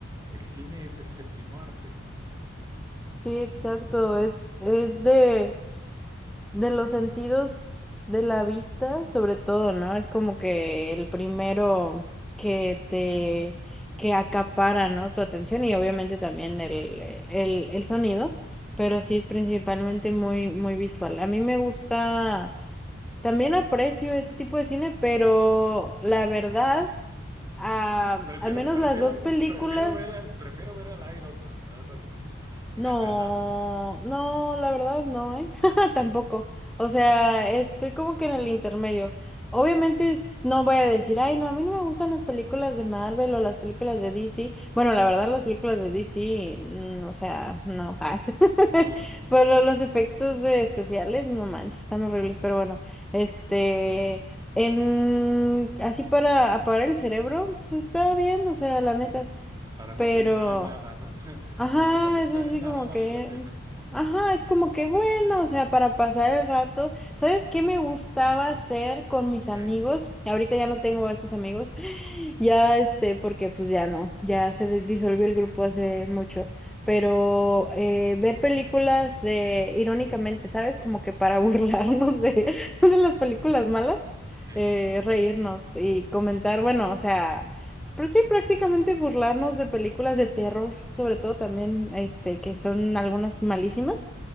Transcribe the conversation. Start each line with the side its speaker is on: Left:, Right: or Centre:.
Right: el cine es el séptimo arte.
Centre: Sí, exacto. Es, es de, de los sentidos de la vista, sobre todo, ¿no? Es como que el primero que te, que acapara, ¿no? Tu atención y obviamente también el, el, el sonido,
Right: Ujú.
Centre: pero sí es principalmente muy, muy visual. A mí me gusta, también aprecio ese tipo de cine, pero la verdad, ah,
Right: Prefiero,
Centre: al menos
Right: prefiero,
Centre: las dos películas.
Right: prefiero ver al, prefiero ver al Iron Man, me vas a decir.
Centre: No,
Right: <laughs>
Centre: no, la verdad no, ¿eh? <laughs> Tampoco. O sea, estoy como que en el intermedio. Obviamente s- no voy a decir, ay, no, a mí no me gustan las películas de Marvel o las películas de DC. Bueno, la verdad, las películas de DC, mm, o sea, no. <laughs> ah.
Right: No, no,
Centre: Pero
Right: no.
Centre: los efectos de especiales, no manches, están horribles. Pero bueno, este, en, así para apagar el cerebro, pues está bien, o sea, la neta.
Right: Para no
Centre: Pero...
Right: pensar en nada, ¿no? <laughs>
Centre: Ajá,
Right: Para no pensar
Centre: es así
Right: en nada
Centre: como
Right: vale
Centre: que,
Right: la pena.
Centre: ajá, es como que bueno, o sea, para pasar el rato, ¿sabes qué me gustaba hacer con mis
Right: ¿Qué?
Centre: amigos? Ahorita ya no tengo a esos amigos, <gasps> ya este, porque pues ya no, ya se di- disolvió el grupo hace mucho, pero eh, ver películas de, irónicamente, ¿sabes? Como que para burlarnos de, <laughs> de las películas malas,
Right: sí,
Centre: eh, reírnos y comentar, bueno, o sea... Pero sí, prácticamente burlarnos de películas de terror, sobre todo también, este, que son algunas malísimas,